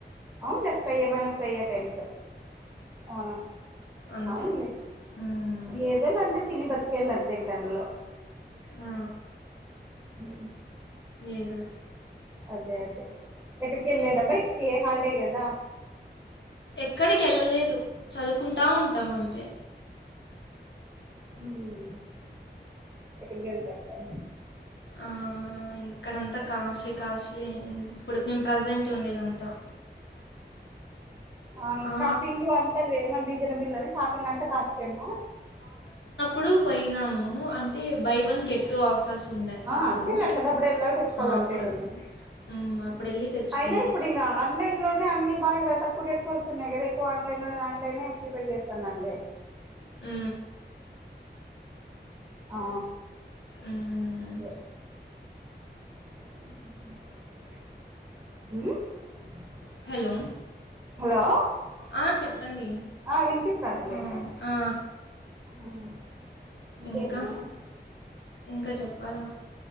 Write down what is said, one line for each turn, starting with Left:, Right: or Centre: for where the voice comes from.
Right: అవును జస్ట్ ఫ్రై ఏమైనా ఫ్రై ఐటమ్స్ ఆ
Left: అంతే
Right: అవునులే
Left: మ్మ్.
Right: ఏదోలే అంటే తిని బతికేయాలి అంతే దానిలో
Left: ఆ,
Right: ఉ
Left: ఏదోటి
Right: అదే అదే ఎక్కడికి ఎళ్ళలేదా బయటికి హాలిడే కదా
Left: ఎక్కడికి వెళ్ళలేదు చదువుకుంటా ఉంటాం అంతే
Right: హ్మ్ ఎక్కడికి ఎల్తార్లే
Left: ఆ ఇక్కడంతా కాస్ట్లీ కాస్ట్లీ ఇప్పుడ్కి మేము ప్రజెంట్ ఉండేదంతా
Right: ఔను
Left: ఆ,
Right: షాపింగ్ అంతా ఏమన్నా రీజనబుల్ షాపింగ్ అంతా కాస్ట్ ఏనా
Left: ఇప్పుడు పోనాము అం అంటే buy one get two offers ఉండే అప్పుడు
Right: అంతేలే అట్లా దప్పుడు వెళ్ళాలి తెచ్చుకోవాలి అంతే
Left: అప్పుడు
Right: కాని
Left: మ్మ్. అప్పుడు వెళ్ళి తెచ్చుకున్నాం
Right: అయినా ఇప్పుడు ఇగ ఆన్లైన్లోనే అన్ని బాగా తక్కువ వస్తున్నాయి కదా ఎక్కువ ఆన్లైన్ ఆన్లైనే ప్రిపేర్ చెత్తన్నారులే
Left: అ
Right: ఆ ఆ
Left: హ్మ్.
Right: అదే అ
Left: హలో
Right: హలో
Left: ఆ! చెప్పండి.
Right: ఆ విన్పిస్తాదిలే
Left: ఆ! ఆ!
Right: ఆహా ఇంకేమే
Left: ఇంకా? ఇంకా చెప్పాలా?